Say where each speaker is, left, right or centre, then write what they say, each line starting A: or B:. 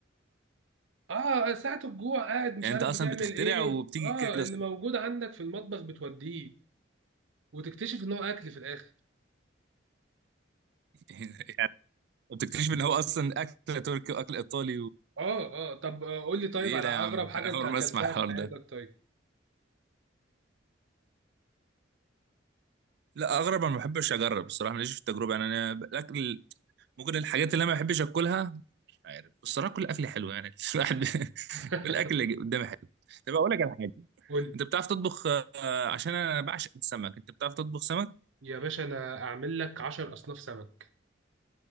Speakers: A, on the right; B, on the right.
A: اه ساعة الجوع قاعد مش
B: يعني
A: عارف
B: انت اصلا
A: بتعمل
B: بتخترع
A: ايه
B: وبتيجي
A: اه
B: كده
A: اللي
B: الصدفة.
A: موجود عندك في المطبخ بتوديه وتكتشف ان هو اكل في الاخر
B: <laughs> ما بتكتشف ان هو اصلا اكل تركي واكل ايطالي و...
A: اه اه طب آه، قول لي طيب
B: ده ايه
A: على
B: ده
A: اغرب
B: يا عم
A: حاجة
B: <laughs> انا
A: انت
B: اول
A: اكلتها
B: ما اسمع الحوار
A: في حياتك
B: ده
A: طيب
B: لا اغرب انا ما بحبش اجرب الصراحه ماليش في التجربه يعني انا ب- الاكل ممكن الحاجات اللي انا ما بحبش اكلها مش عارف الصراحه كل اكل حلو يعني <laughs> الواحد بي-
A: <laughs>
B: كل اكل اللي قدامي حلو طب اقول لك على حاجه
A: قول لي
B: انت بتعرف تطبخ آه، عشان انا بعشق السمك انت بتعرف تطبخ سمك
A: يا باشا انا اعمل لك 10 اصناف سمك